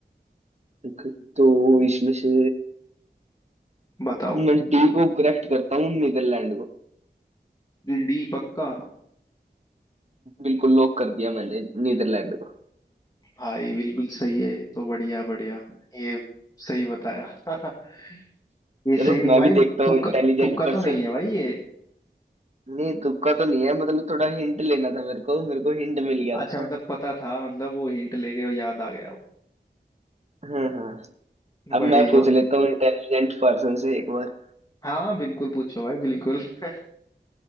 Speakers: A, on the right; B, on the left.
A: ठीक है। तो इसमें से
B: बताओ
A: मैं डी को करेक्ट करता हूँ नीदरलैंड को
B: डी पक्का
A: बिल्कुल लॉक कर दिया मैंने नीदरलैंड को
B: भाई बिल्कुल सही है ये तो बढ़िया बढ़िया ये सही बताया <laughs> ये
A: चलो
B: सही नहीं
A: मैं
B: भाई
A: भी देखता
B: तुक्का
A: हूँ इंटेलिजेंट
B: तुक्का
A: पर्सन
B: तो नहीं है भाई ये
A: नहीं तुक्का तो नहीं है मतलब थोड़ा हिंट लेना था मेरे को मेरे को हिंट मिल गया
B: अच्छा
A: था
B: मतलब पता था मतलब वो हिंट लेके वो याद आ गया वो
A: हाँ हाँ अब
B: बढ़िया
A: मैं पूछ
B: भाई।
A: लेता हूँ इंटेलिजेंट पर्सन से एक बार
B: हाँ बिल्कुल पूछो भाई बिल्कुल <laughs>